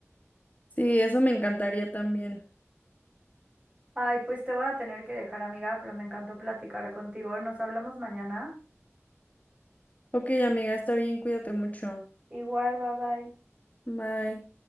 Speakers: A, on the left; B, on the right.
A: Sí, eso me encantaría también.
B: Ay, pues te voy a tener que dejar, amiga, pero me encantó platicar contigo. ¿eh? Nos hablamos mañana.
A: Ok, amiga, está bien, cuídate mucho.
B: Igual, bye bye.
A: Bye.